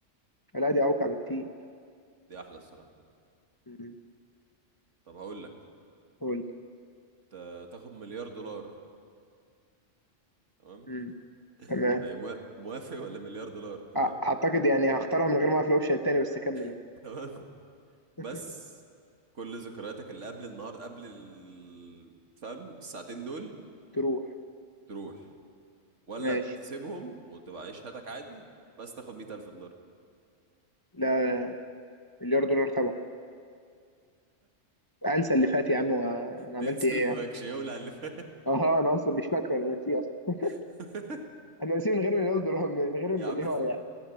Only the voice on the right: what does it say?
دي أحلى الصراحة
طب هقول لك
ت- تاخد مليار دولار تمام
ده إيه، موا- موافق ولا مليار دولار تمام
<laughs> تمام
بس كل ذكرياتك اللي قبل النهارده قبل ال... فاهم الساعتين دول
تروح ولا
تسيبهم وتبقى عيش حياتك عادي بس تاخد 100000 دولار
تنسى
اللي
ماكش يولع اللي فات
<laughs>
يا عم